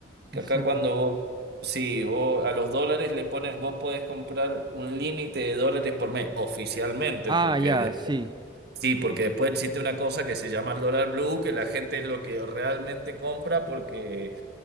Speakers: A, on the right; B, on the right.
A: Que
B: el cepo.
A: acá cuando vos, sí, vos a los dólares le pones, vos podés comprar un límite de dólares por mes, oficialmente,
B: Ah,
A: porque
B: ya,
A: de-
B: sí,
A: sí, porque después existe una cosa que se llama el dólar blue, que la gente es lo que realmente compra, porque